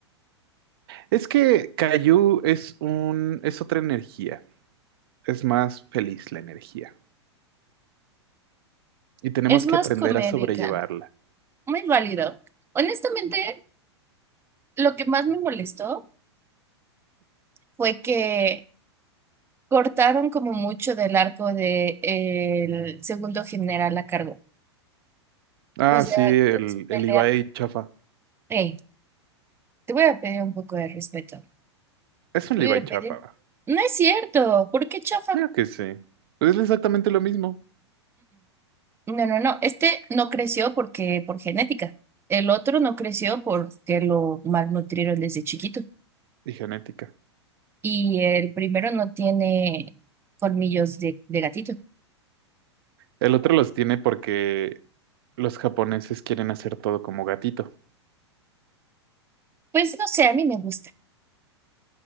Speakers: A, on the right; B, on the right.
A: Es que Caillou es un... es otra energía. es más feliz la energía y tenemos
B: Es más
A: que aprender
B: comédica,
A: a sobrellevarla.
B: muy válido. Honestamente, lo que más me molestó fue que cortaron como mucho del arco de eh, el segundo general a cargo.
A: Ah,
B: O sea,
A: sí, el,
B: en su pelea,
A: el Levi chafa.
B: hey, te voy a pedir un poco de respeto.
A: Es un
B: Te
A: Levi
B: voy a pedir.
A: chafa.
B: No es cierto, ¿por qué chafa?
A: Claro que sí. Pues Es exactamente lo mismo.
B: No, no, no. Este no creció porque por genética. El otro no creció porque lo malnutrieron desde chiquito.
A: Y genética.
B: Y el primero no tiene colmillos de, de gatito.
A: El otro los tiene porque los japoneses quieren hacer todo como gatito.
B: Pues no sé, a mí me gusta.